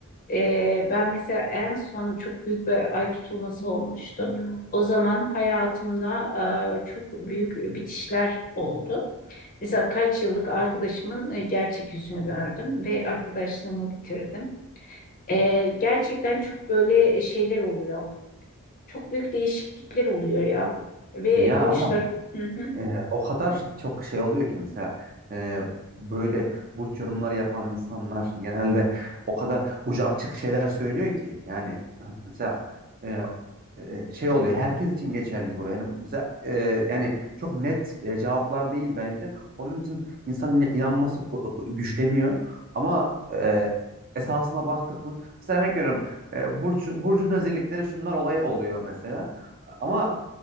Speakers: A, on the left; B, on the right.
A: Ee, ben mesela en son çok büyük bir ay tutulması olmuştu. O zaman hayatımda e, çok büyük bitişler oldu. Mesela kaç yıllık arkadaşımın e, gerçek yüzünü gördüm ve arkadaşlığımı bitirdim. E, gerçekten çok böyle şeyler oluyor. Çok büyük değişiklikler oluyor ya. Ve
B: Ya
A: borçlar.
B: ama
A: Hı hı.
B: Ee, o kadar çok şey oluyor ki mesela e, böyle burç yorumları yapan insanlar genelde o kadar ucu açık şeyler söylüyor ki yani <laughs> mesela e, e, şey oluyor herkes için geçerli gibi oluyor. Yani mesela e, yani çok net e, cevaplar değil bence. Onun için insanın in- inanması ko- güçleniyor ama e, esasına baktık mı mesela örnek veriyorum e, burç, burcun özellikleri şunlar olayı oluyor mesela ama